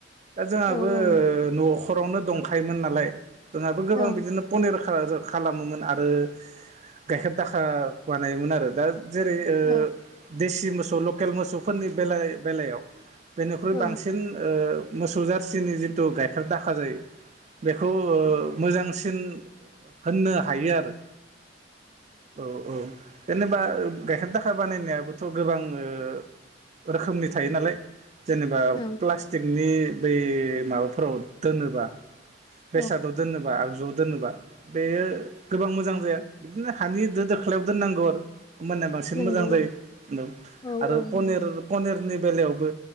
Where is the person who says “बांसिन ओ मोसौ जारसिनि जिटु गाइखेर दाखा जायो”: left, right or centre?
Right